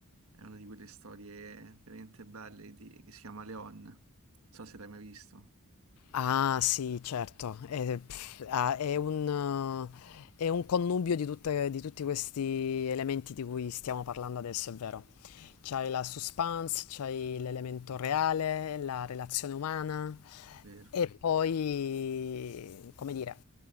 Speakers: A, on the right; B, on the left.
A: è una di quelle storie veramente belle di- che si chiama Leon, non so se l'hai mai visto,
B: Ah, sì, certo. È, pff, ah, è un, eh, è un connubio di tutte- di tutti questi elementi di cui stiamo parlando adesso, è vero. C'hai la suspense, c'hai l'elemento reale, la relazione umana
A: vero?
B: e poi, come dire,